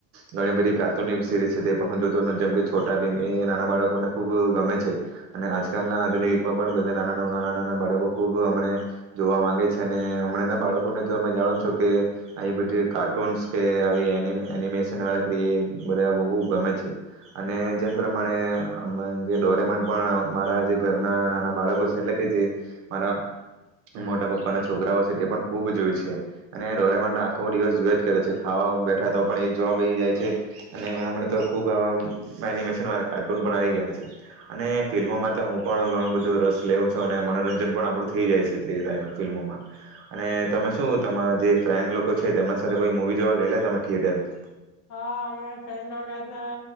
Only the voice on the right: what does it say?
ઘણી બધી કાર્ટૂનની સીરીઝ છે તે પણ હું જોતો જેમકે છોટા ભીમે નાના બાળકોના ખૂબ ગમે છે અને આજકાલના આધુનિક યુગમાં પણ બધા નાના નાના નાના બાળકો ખૂબ હમણાં જોવા મામાંગે છે અને હમણાંનાં બાળકોને તો તમે જાણો જ છો કે આવી બધી કાર્ટૂન્સ કે આવી એનિ એનિમેશનવાળા ક્રિ એ બધા ખૂબ ગમે છે અને જેમ પ્રમાણે. આમ ડોરેમડ પણ મારા જે ઘરના નાના બાળકો છે એટલે કે જે મારા મોટા પપ્પાના છોકરાઓ છે તે પણ ખુબ જોય છે અને ડોરેમોન આખો દિવસ જોયા જ કરે છે ખાવા બેઠા તો પણ એ જોવા બેસી જાય છે અને હમના તો ખુબ આ એનિમેશન વાળ કાર પણ આવી ગયા છે અને ફિલ્મોમાં હું પણ ઘણું બધું રસ લેઉ છું અને મનોરંજન પણ આપડું થઈ જાય છે તે <unintelligible> ફિલ્મોમાં અને તમે શું તમારા જે ફ્રેન્ડ લોકો છે તેમના સાથે કોઈ મુવી જોવા ગયેલા તમે થિયેટરમાં.